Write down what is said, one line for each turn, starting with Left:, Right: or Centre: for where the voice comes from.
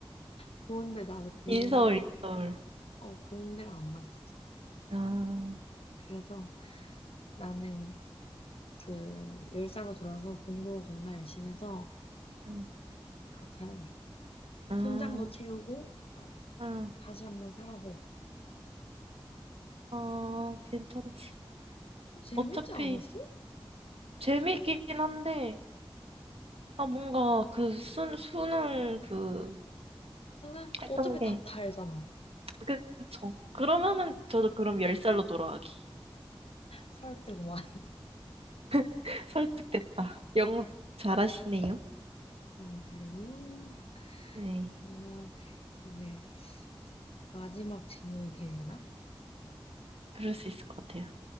Left: 좋은데 나는 공,
Right: 인서울, 인서울.
Left: 어, 공대랑 안 맞았어.
Right: 아,
Left: 그래서 나는 그, 10살로 돌아서 공부 겁나 열심히 해서
Right: 응,
Left: 그렇게 하는 애.
Right: 아,
Left: 통장도 채우고
Right: 아,
Left: 다시 한 번 살아보고.
Right: 아, 괜찮지.
Left: 재밌지
Right: 어차피,
Left: 않았어?
Right: 재밌긴 한데, 아, 뭔가 그 수, 수능 그
Left: 근데
Right: 했던
Left: 어차피
Right: 게,
Left: 답 다 알잖아.
Right: 그- 쵸 그러면은 저도 그럼 열살로 돌아가기.
Left: 설득만. <laughs>
Right: <laughs> 설득됐다. 영업 잘하시네요.
Left: 여러분, 다른 이유.
Right: 네,
Left: 그러면 이제 마지막 질문이 되려나?
Right: 그럴 수 있을 것 같아요.